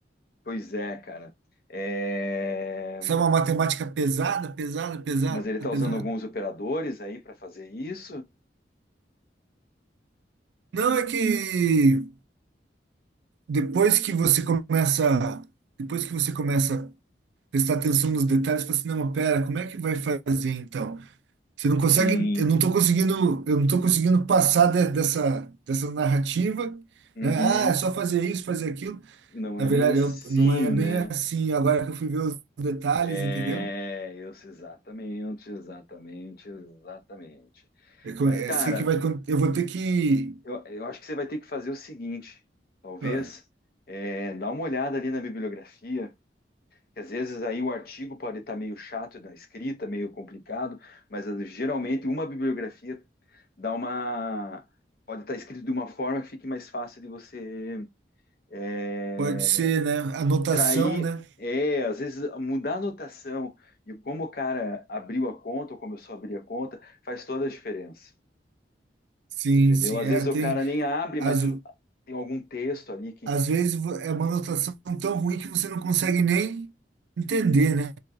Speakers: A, on the left (about 55°); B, on the right (about 75°).
A: Pois é, cara. É,
B: Sabe uma matemática pesada, pesada, pesada,
A: Mas ele está usando
B: pesada?
A: alguns operadores aí para fazer isso?
B: Não, é que depois que você começa, depois que você começa a prestar atenção nos detalhes, você fala assim, não, mas pera, como é que vai fazer então? Você não consegue,
A: Sim.
B: eu não estou conseguindo, eu não tô conseguindo passar de- dessa, dessa narrativa,
A: Uhum.
B: né? Ah, é só fazer isso, fazer aquilo.
A: Não
B: Na
A: é
B: verdade,
A: bem assim,
B: eu, não é bem
A: né?
B: assim. Agora que eu fui ver os detalhes,
A: É,
B: entendeu?
A: eu sei exatamente, exatamente, exatamente.
B: É, co-
A: Mas,
B: é,
A: cara,
B: isso que vai, con- eu vou ter que,
A: eu, eu acho que você vai ter que fazer o seguinte, talvez,
B: ah,
A: é, dá uma olhada ali na bibliografia que às vezes aí o artigo pode estar meio chato da escrita, meio complicado, mas eh, geralmente uma bibliografia dá uma pode estar escrito de uma forma que fique mais fácil de você eh,
B: pode ser, né? Anotação,
A: extrair,
B: né?
A: é, às vezes mudar a notação e como o cara abriu a conta ou começou a abrir a conta faz toda a diferença,
B: Sim,
A: entendeu?
B: sim,
A: Às
B: é,
A: vezes
B: tem,
A: o cara nem abre,
B: às,
A: mas o- tem algum texto ali que
B: às vezes vo- é uma anotação tão ruim que você não consegue nem entender, né?